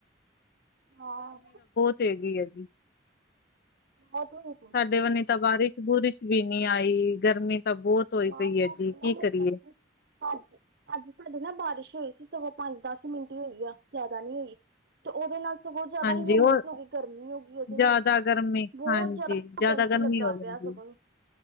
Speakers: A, on the right; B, on the left.
A: ਹਾਂ।
B: ਤੇਵੀ ਓਵੀ।
A: <unintelligible>
B: ਸਾਡੇ ਵੰਨੀ ਤਾਂ ਬਾਰਿਸ਼ ਬੁਰਿਸ਼ ਵੀ ਨੀਂ ਆਈ, ਗਰਮੀ ਤਾਂ ਬਹੁਤ ਧੋਈ
A: ਨਾ
B: ਪਈ
A: ਸਾਡੇ
B: ਐ ਜੀ,
A: ਨਾ
B: ਕੀ
A: ਮਤਲਬ
B: ਕਰੀਏ।
A: ਕਿ ਅੱਜ, ਅੱਜ ਸਾਡੇ ਨਾ ਬਾਰਿਸ਼ ਹੋਈ ਸੀ, ਸਗੋਂ ਪੰਜ ਦਸ ਮਿੰਟ ਹੀ ਹੋਈ ਆ ਜਿਆਦਾ ਨੀ ਹੋਈ। ਤੇ ਉਹਦੇ ਨਾਲ ਸਗੋਂ ਜਿਆਦਾ
B: ਹਾਂਜੀ,
A: ਹਿਊਮਸ
B: ਉਹ
A: ਹੋ ਗਈ ਗਰਮੀ ਹੋ ਗਈ ਉਹਦੇ
B: ਜ਼ਿਆਦਾ
A: ਨਾਲ,
B: ਗਰਮੀ
A: ਬਹੁਤ
B: ਹਾਂਜੀ,
A: ਜਿਆਦਾ ਘੁਟਨ
B: ਜ਼ਿਆਦਾ
A: ਜੀ
B: ਗਰਮੀ
A: ਲੱਗਾ
B: ਹੋ ਜਾਂਦੀ।
A: ਪਿਆ ਸਗੋਂ ਈ।